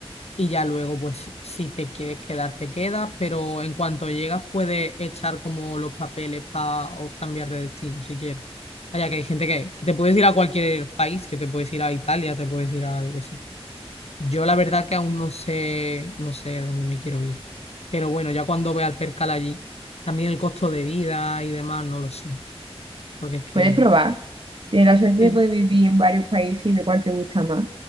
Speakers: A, on the left; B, on the right.
A: Y ya luego, pues si te quieres quedar, te quedas, pero en cuanto llegas puedes echar como los papeles para o cambiar de destino si quieres. Vaya, que hay gente que, que te puedes ir a cualquier país, que te puedes ir a Italia, te puedes ir a, yo qué sé yo la verdad que aún no sé, no sé dónde me quiero ir. Pero bueno, ya cuando vea el percal allí, también el costo de vida y demás, no lo sé. Porque es que,
B: Puedes probar. Tienes la suerte
A: sí,
B: de poder vivir en varios países y ver cuál te gusta más.